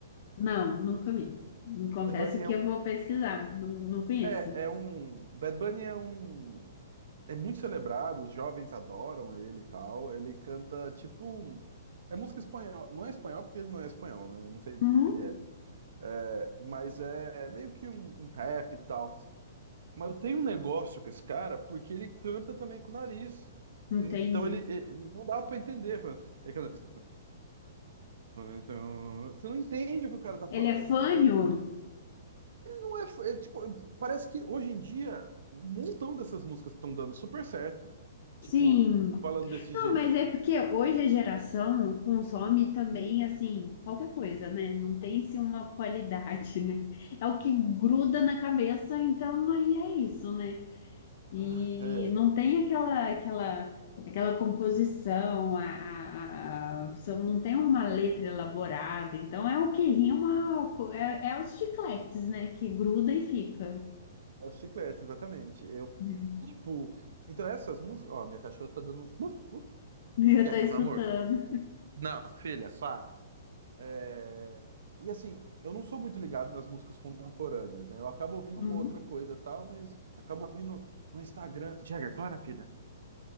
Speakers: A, on the left (about 40°); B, on the right (about 65°).
A: Não, nunca vi. Não confesso
B: Bad Bunny
A: que
B: é um.
A: eu vou pesquisar. Não, não conheço.
B: É, é um. Bad Bunny é um. É muito celebrado, os jovens adoram ele e tal. Ele canta tipo. um- É música espanhol. Não é espanhol porque ele não é espanhol, né? Eu não sei o
A: Uhum,
B: que que ele é É, mas é meio que um, um rap e tal. Mas eu tenho um negócio com esse cara porque ele canta também com o nariz.
A: entendi.
B: Então ele, ele- não dá pra entender. falando- Ele canta. Então, Você não entende o que o cara tá
A: Ele
B: falando,
A: é fanho?
B: entendeu? Ele não é, é tipo, parece que hoje em dia um montão dessas músicas estão dando super certo. Tipo,
A: Sim.
B: falando desse
A: Não,
B: jeito.
A: mas é porque hoje a geração consome também, assim, qualquer coisa, né? Não tem, assim, uma qualidade, né? É o que gruda na cabeça, então aí é isso, né? E
B: Ah, é.
A: não tem aquela, aquela, aquela composição, a, a- a- só não tem uma letra elaborada, então é o que rima, co- é, é os chicletes, né? Que gruda e fica.
B: É os chicletes, exatamente. Eu,
A: <laughs>
B: tipo, então essas músicas, ó, minha cachorra tá dando uns buf, buf,
A: Eu
B: Quieta,
A: tô escutando.
B: meu amor. Não, filha, para. É, E assim, eu não sou muito ligado nas músicas contemporâneas, né? Eu acabo ouvindo
A: Uhum,
B: uma outra coisa e tal, mas acabo ouvindo no Instagram. Jagger, para, filha.